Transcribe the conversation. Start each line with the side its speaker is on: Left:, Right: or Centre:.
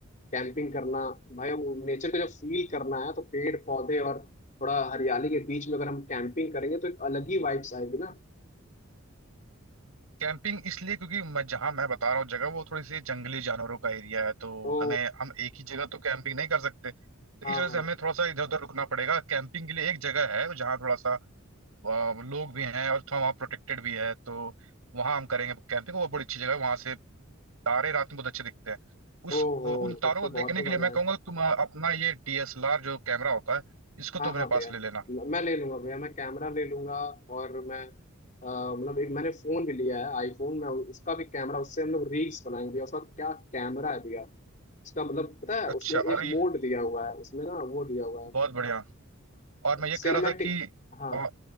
Left: कैंपिंग करना भाई नेचर को जब फील करना है तो पेड़ पौधे और थोड़ा हरियाली के बीच में अगर हम कैंपिंग करेंगे तो एक अलग ही वाइब्स आएगी ना
Right: कैंपिंग इसलिए क्योंकि मैं जहां मैं बता रहा हूँ जगह वो थोड़ी सी जंगली जानवरों का एरिया है तो
Left: ओ
Right: हमें हम एक ही जगह तो कैंपिंग नहीं कर सकते तो
Left: हाँ
Right: इस वजह से
Left: हाँ
Right: हमें थोड़ा सा इधर उधर रुकना पड़ेगा कैंपिंग के लिए एक जगह है जहाँ थोड़ा सा अ, लोग भी हैं और थोड़ा वहाँ प्रोटेक्टेड भी है तो वहाँ हम करेंगे कैंपिंग वो बड़ी अच्छी जगह है वहां से तारे रात में बहुत अच्छे दिखते हैं उस
Left: ओहो
Right: उन तारों
Left: तब तो
Right: को
Left: बहुत
Right: देखने
Left: ही
Right: के
Left: मजा
Right: लिए मैं
Left: आएगा
Right: कहूंगा तुम अ, अपना ये डीएसएलआर जो कैमरा होता है इसको
Left: हाँ
Right: तुम अपने
Left: हाँ भैया
Right: पास ले लेना
Left: मैं ले लूंगा भैया मैं कैमरा ले लूंगा और मैं अ, मतलब एक मैंने फोन भी लिया है आईफोन में उसका भी कैमरा उससे हम लोग रील्स बनाएंगे भैया उसका क्या कैमरा है भैया उसका मतलब पता है
Right: अच्छा
Left: उसमें एक
Right: और
Left: मोड
Right: ये
Left: दिया हुआ है उसमें ना वो दिया हुआ है
Right: बहुत बढ़िया और मैं ये कह
Left: सिनेमेटिक
Right: रहा था कि
Left: हाँ
Right: औ-